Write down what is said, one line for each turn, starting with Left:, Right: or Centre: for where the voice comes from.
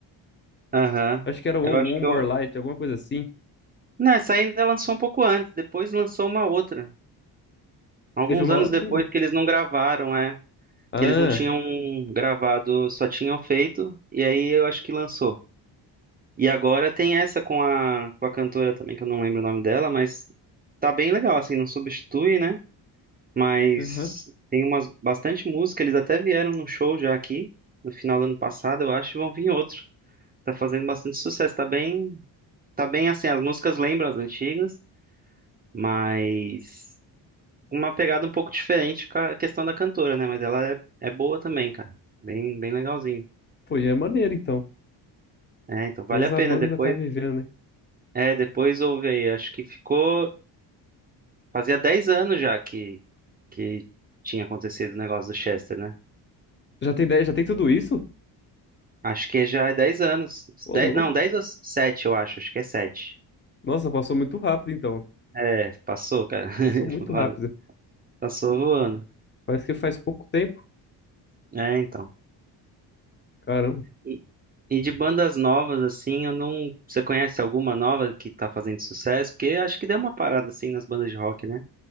Right: Aham.
Left: Acho que era One,
Right: Eu acho
Left: One
Right: que
Left: More
Right: eu.
Left: Light, alguma coisa assim.
Right: Não, essa ainda lançou um pouco antes. Depois lançou uma outra. Alguns
Left: Teve uma
Right: anos
Left: outra
Right: depois
Left: ainda?
Right: que eles não gravaram, é.
Left: Ah,
Right: que eles não tinham gravado, só tinham feito, e aí eu acho que lançou. E agora tem essa com a, com a cantora também, que eu não lembro o nome dela, mas tá bem legal, assim, não substitui, né? Mas
Left: aham.
Right: tem umas bastante música, eles até vieram num show já aqui, no final do ano passado, eu acho, e vão vir outro. Tá fazendo bastante sucesso, tá bem, tá bem assim, as músicas lembram as antigas, mas uma pegada um pouco diferente com a questão da cantora né mas ela é é boa também cara bem bem legalzinho
Left: Pô, e é maneiro, então.
Right: É, então vale
Left: Pelo menos
Right: a pena.
Left: a banda
Right: Depois,
Left: ainda tá vivendo, né?
Right: é, depois houve aí. Acho que ficou. Fazia 10 anos já que, que tinha acontecido o negócio do Chester, né?
Left: Já tem, ideia- já tem tudo isso?
Right: Acho que já é 10 anos.
Left: Ô,
Right: Dez-
Left: louco.
Right: não, 10 ou 7 eu acho. Acho que é 7.
Left: Nossa, passou muito rápido, então.
Right: É, passou, cara. <laughs>
Left: Passou muito rápido.
Right: Passou voando.
Left: Parece que faz pouco tempo.
Right: É, então.
Left: Caramba.
Right: E, e de bandas novas, assim, eu não. Você conhece alguma nova que tá fazendo sucesso? Porque acho que deu uma parada, assim, nas bandas de rock, né?